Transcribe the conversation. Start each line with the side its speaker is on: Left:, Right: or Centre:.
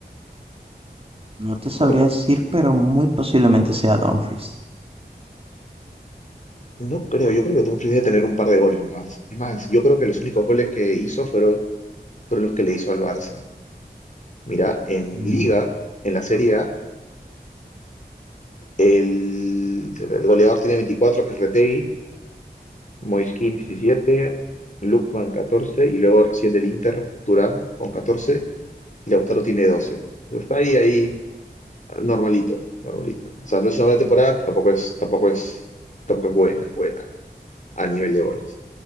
Right: No te sabría
Left: porque
Right: decir, pero muy posiblemente sea Dumfries.
Left: no creo, yo creo que Dumfries debe tener un par de goles nomás. Es más, yo creo que los únicos goles que hizo fueron, fueron los que le hizo al Barça. Mira, en
Right: Mm,
Left: Liga, en la Serie A, el, el goleador tiene 24 que es Retey, Moiskin 17, van catorce y luego recién del Inter Turán con 14 y Lautaro tiene 12. Está ahí, ahí, normalito, normalito. O sea, no es una buena temporada, pero tampoco es, tampoco es, tampoco es buena, buena a nivel de goles.